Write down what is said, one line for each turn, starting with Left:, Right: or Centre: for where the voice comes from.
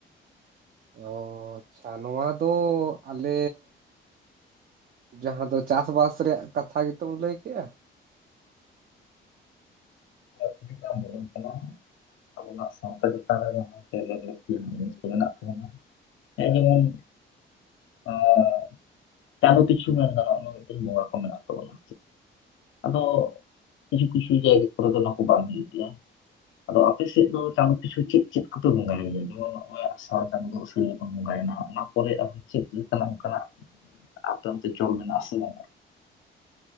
Right: ᱚ ᱟᱪᱪᱷᱟ ᱱᱚᱣᱟ ᱫᱚ ᱟᱞᱮ, ᱡᱟᱦᱟᱸ ᱫᱚ ᱪᱟᱥᱵᱟᱥ ᱨᱮᱭᱟᱜ ᱠᱟᱛᱷᱟ ᱜᱮᱛᱚᱢ ᱞᱟᱹᱭ ᱠᱮᱜᱼᱟ?
Left: <unintelligible> ᱚᱱᱟ ᱥᱟᱶᱛᱟ ᱪᱮᱛᱟᱱ ᱨᱮ ᱡᱟᱦᱟᱸ ᱞᱟᱠ <unintelligible> ᱡᱤᱱᱤᱥ ᱠᱚ ᱢᱮᱱᱟᱜ ᱛᱟᱵᱚᱱᱟ ᱦᱮᱸ ᱡᱮᱢᱚᱱ <unintelligible> ᱪᱟᱸᱫᱩ ᱯᱤᱪᱷᱩ ᱢᱮᱱ ᱜᱟᱱᱚᱜ ᱟ ᱢᱤᱫᱴᱮᱱ <unintelligible> ᱠᱚ ᱢᱮᱱᱟᱜ ᱛᱟᱵᱚᱱᱟ ᱟᱫᱚ ᱠᱤᱪᱷᱩ ᱠᱤᱪᱷᱩ ᱡᱟᱭᱜᱟ ᱠᱚᱨᱮ ᱫᱚ ᱚᱱᱟ ᱠᱚ ᱵᱟᱝ ᱦᱩᱭᱩᱜ ᱜᱮᱭᱟ ᱾ ᱟᱫᱚ ᱟᱯᱮᱥᱮᱫ ᱫᱚ ᱪᱟᱸᱫᱚ ᱯᱤᱪᱷᱩ ᱪᱮᱫ ᱪᱮᱫ ᱠᱚᱯᱮ ᱵᱚᱸᱜᱟᱭ ᱜᱮᱭᱟ ᱡᱮᱢᱚᱱ ᱱᱚᱜᱼᱚᱭ ᱟᱥᱟᱲ ᱪᱟᱸᱫᱳ ᱩᱥᱟᱹᱨ ᱵᱚᱱ ᱵᱚᱸᱜᱟᱭᱮᱱᱟ ᱚᱱᱟ ᱯᱚᱨᱮ ᱟᱨᱦᱚᱸ ᱪᱮᱫ ᱞᱮᱠᱟᱱᱟᱜ ᱚᱱᱠᱟᱱᱟᱜ ᱟᱯᱮ ᱚᱱᱛᱮ ᱪᱚᱞ ᱢᱮᱱᱟᱜ ᱟ ᱥᱮ ᱵᱟᱝᱟ